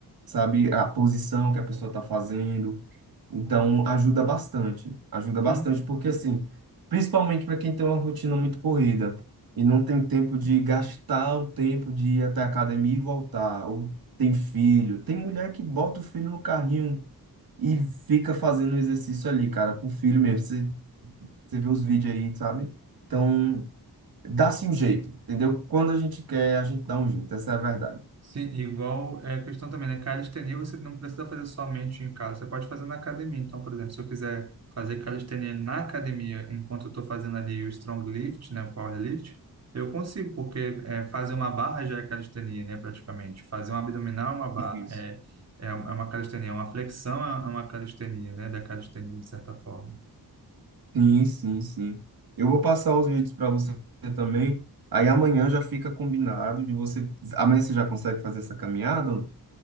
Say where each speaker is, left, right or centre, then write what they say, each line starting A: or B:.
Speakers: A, on the right; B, on the right.
A: sabe, a posição que a pessoa está fazendo. Então, ajuda bastante, ajuda bastante,
B: sim.
A: porque assim, principalmente para quem tem uma rotina muito corrida e não tem tempo de gastar o tempo de ir até a academia e voltar, ou tem filho, tem mulher que bota o filho no carrinho e fica fazendo exercício ali, cara, com o filho mesmo. Você, você vê os vídeos aí, sabe? Então, dá-se um jeito, entendeu? Quando a gente quer, a gente dá um jeito, essa é a verdade.
B: Sim, igual é a questão também, né? Calistenia você não precisa fazer somente em casa, você pode fazer na academia. Então, por exemplo, se eu quiser fazer calistenia na academia, enquanto eu estou fazendo ali o strong lift, né, o power lift, eu consigo, porque é, fazer uma barra já é calistenia, né, praticamente. Fazer um abdominal é uma barra,
A: Isso.
B: é, é é uma calistenia, uma flexão é é uma calistenia, né, da calistenia, de certa forma.
A: Sim, sim, sim. Eu vou passar os vídeos para você também. Aí amanhã já fica combinado de você. Amanhã você já consegue fazer essa caminhada? Ou não?